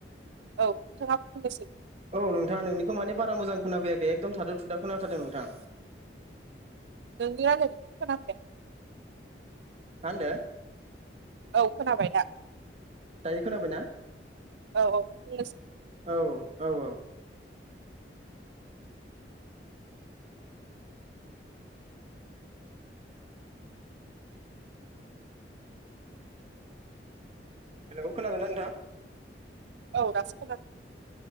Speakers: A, on the right (about 75°); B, on the right (about 35°).
A: औ नोंथाङा फंनैसो
B: औ नोंथाङा नोंनिखौ माने बारा मोजां खोनाफैयाखै एकदम थाथुदा खोनाथारदों नोंथां
A: <unintelligible>
B: मा होनदो
A: औ खोनाबाय दा
B: दायो खोनाबायना
A: औ औ बुंनायसै
B: औ औ औ हेलखोनादों ना नोंथां
A: औ दासो खोनादों